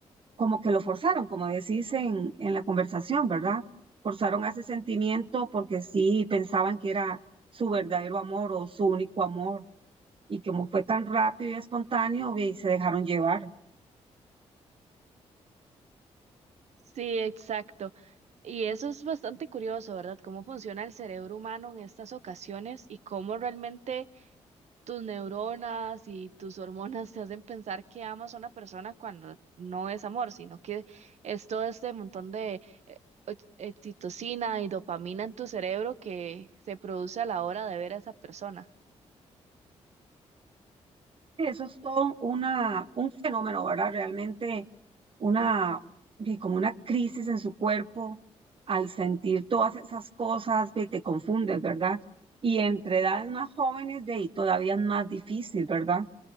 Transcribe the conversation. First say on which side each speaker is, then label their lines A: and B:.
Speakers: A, on the right; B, on the right.
A: como que lo forzaron, como decís en, en la conversación, ¿verdad? Forzaron a ese sentimiento porque sí pensaban que era su verdadero amor o su único amor, y que como fue tan rápido y espontáneo, ve, y se dejaron llevar.
B: Sí, exacto. Y eso es bastante curioso, ¿verdad? Cómo funciona el cerebro humano en estas ocasiones y cómo realmente tus neuronas y tus hormonas te hacen pensar que amas a una persona cuando no es amor, sino que es todo este montón de eh, ox- oxitocina y dopamina en tu cerebro que se produce a la hora de ver a esa persona.
A: Eso es todo una, un fenómeno, ¿verdad? Realmente una, ve, como una crisis en su cuerpo al sentir todas esas cosas, ve, te confundes, ¿verdad? Y entre edades más jóvenes, de ahí todavía es más difícil, ¿verdad?